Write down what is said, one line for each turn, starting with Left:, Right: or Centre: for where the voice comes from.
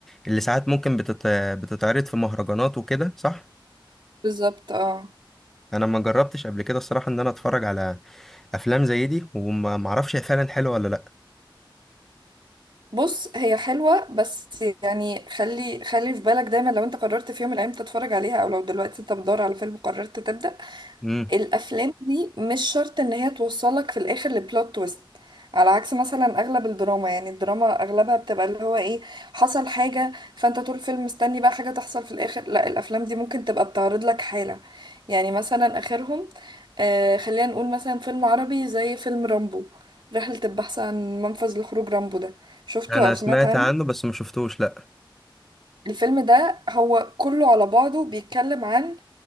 Centre: اللي ساعات ممكن بتت... بتتعرض في مهرجانات وكده صح
Right: بالظبط اه
Centre: انا ما جربتش قبل كده الصراحه ان انا اتفرج على افلام زي دي وما ما اعرفش هي فعلا حلوه ولا لا
Right: بص هي حلوة بس يعني خلي خلي في بالك دايما لو انت قررت في يوم من الايام تتفرج عليها او لو دلوقتي انت بتدور على فيلم قررت تبدأ
Centre: امم
Right: الافلام دي مش شرط ان هي توصلك في الاخر لبلوت تويست على عكس مثلا اغلب الدراما يعني الدراما اغلبها بتبقى اللي هو ايه حصل حاجة فانت طول الفيلم مستني بقى حاجة تحصل في الاخر لا الافلام دي ممكن تبقى بتعرض لك حالة يعني مثلا اخرهم آه خلينا نقول مثلا فيلم عربي زي فيلم رامبو رحلة البحث عن منفذ لخروج رامبو ده شفته
Centre: انا
Right: او سمعت
Centre: سمعت
Right: عنه
Centre: عنه بس ما شفتوش لا
Right: الفيلم ده هو كله على بعضه بيتكلم عن